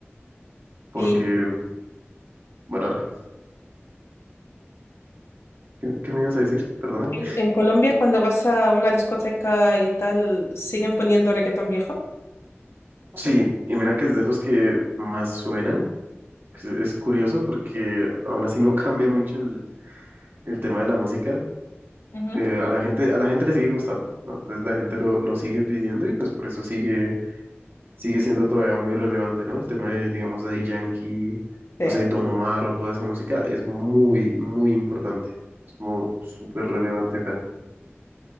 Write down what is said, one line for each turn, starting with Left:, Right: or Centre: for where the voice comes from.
Right: Porque,
Left: Y
Right: bueno, a ver, ¿qué, qué me ibas a decir? Perdona.
Left: en, en Colombia, cuando vas a una discoteca y tal, ¿siguen poniendo reggaetón viejo?
Right: Sí, y mira que es de los que más suenan. Es es curioso porque aún así no <laughs> cambia mucho el el tema de la música
Left: Ujú.
Right: eh, a la gente, a la gente le sigue gustando, ¿no? Entonces la gente lo, lo sigue pidiendo y pues por eso sigue, sigue siendo todavía muy relevante, ¿no? El tema de, digamos, Daddy Yankee,
Left: Sí.
Right: no sé, Don Omar o toda esa música es muy, muy importante. Es como súper relevante acá.